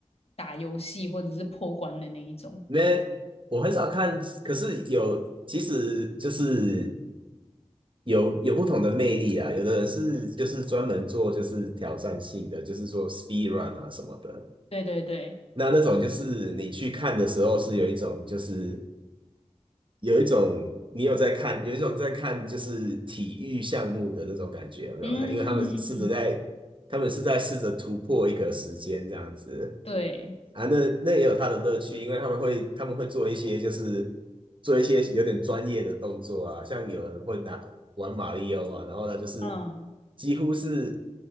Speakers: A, on the left (about 55°); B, on the right (about 45°).
A: 打游戏或者是破关的那一种？
B: 因为我很少看，可是有，其实就是有有不同的魅力啊。有的人是就是专门做就是挑战性的，就是说 speed run 啊什么的。
A: 对对对，
B: 那那种就是你去看的时候是有一种就是有一种你有在看，有一种在看就是体育项目的那种感觉，有没有？
A: 嗯，
B: 因为他们试着在，他们是在试着突破一个时间这样子。
A: 对，
B: 啊，那那也有它的乐趣，因为他们会他们会做一些就是做一些有点专业的动作啊，像有人会拿玩马里奥啊，然后他就是
A: 嗯，
B: 几乎是